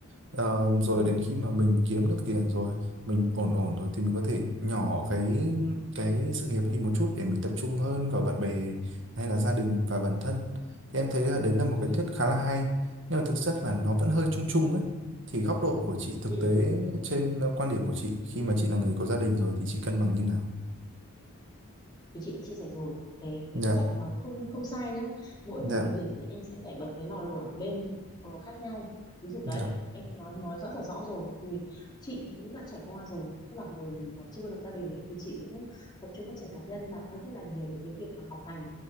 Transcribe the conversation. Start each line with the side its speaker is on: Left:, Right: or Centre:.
Right: Ờ, rồi
Left: ừ
Right: đến khi mà mình kiếm được tiền rồi mình ổn ổn rồi thì mình có thể nhỏ cái cái sự nghiệp đi một chút để mình tập trung hơn vào bạn bè hay là gia đình và bản thân thì em thấy là đấy là một cái
Left: ừ
Right: thuyết khá là hay nhưng mà thực chất là nó vẫn hơi chung chung ấy thì góc độ của chị thực
Left: ừ.
Right: tế trên ờ, quan điểm của chị khi mà chị là người có gia đình rồi thì chị cân bằng như nào?
Left: thì chị đã chia sẻ rồi cái cái,
Right: Dạ
Left: cái sách nó không không sai nhá mỗi
Right: Dạ,
Left: một thời điểm thì em sẽ phải bật cái lò lửa lên ờ, khác nhau ví dụ
Right: dạ,
Left: đấy em cũng nói nói rất là rõ rồi thì chị thì cũng đã trải qua rồi tức là hồi mà chưa có lập gia đình ấy, thì chị cũng tập trung phát triển cá nhân bản thân rất là nhiều về cái việc mà học hành